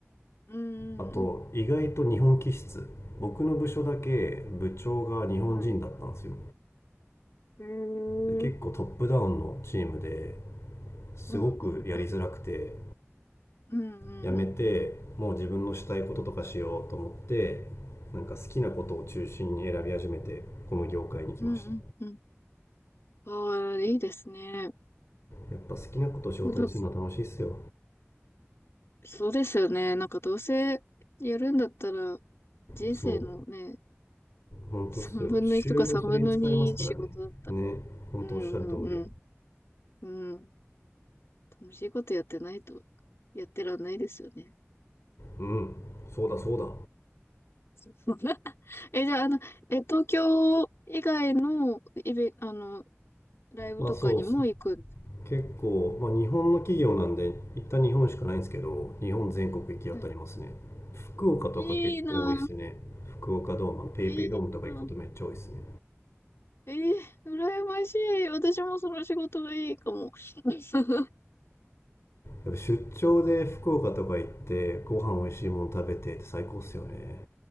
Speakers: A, on the left (about 65°); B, on the left (about 80°).
A: うんうん。
B: あと意外と日本気質僕の部署だけ部長が日本人だったんですよ
A: はい。へえ。うん
B: で結構トップダウンのチームですごくやりづらくて
A: うんうん。うんうんうん。
B: 辞めてもう自分のしたいこととかしようと思ってなんか好きなことを中心に選び始めてこの業界に来ました
A: うんうんうん。ああ、いいですね。
B: やっぱ好きなことを仕事にするのは楽しいっすよ
A: どそうですよね。なんかどうせやるんだったら、人生のね、
B: そう本当っすよ週5それに使えますからねね本当おっしゃる通り
A: 3分の1とか3分の2仕事だったら、うんうんうん。うん。楽しいことやってないと、やってらんないですよね。
B: うんそうだそうだ
A: <laughs> え、じゃあ、あの、え、東京以外のイベ、あの、ライブとかにも行くんです
B: あそう結構、まあ、日本の企業なんで一旦日本しかないんですけど日本全国行き当たりますね福岡とか結構多いですね福岡ドームペイペイドームとか行くことめっちゃ多いですね
A: かね。いいなぁ、いいなぁ。えー、羨ましい。私もその仕事がいいかも。<laughs>
B: やっぱ出張で福岡とか行ってご飯美味しいもの食べてって最高っすよね